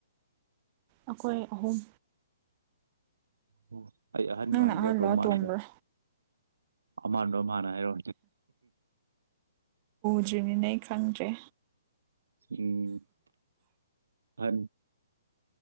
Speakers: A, on the right; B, on the right.
A: ꯑꯩꯈꯣꯏ ꯑꯍꯨꯝ꯫
B: ꯑꯣ ꯑꯩ ꯑꯍꯟ
A: ꯅꯪꯅ
B: ꯃꯥꯟꯕ꯭ꯔꯥ
A: ꯑꯍꯜꯂꯣ
B: ꯑꯗꯨꯣꯝ
A: ꯑꯇꯣꯝꯕ꯭ꯔꯥ
B: ꯃꯥꯟꯕ꯭ꯔꯥ ꯑꯃꯥꯟꯗꯣꯃꯅꯔꯣ
A: ꯐꯗ꯭ꯔꯤꯅꯤꯅꯦ ꯑꯩ ꯈꯪꯗ꯭ꯔꯦ
B: ꯎꯝ ꯐ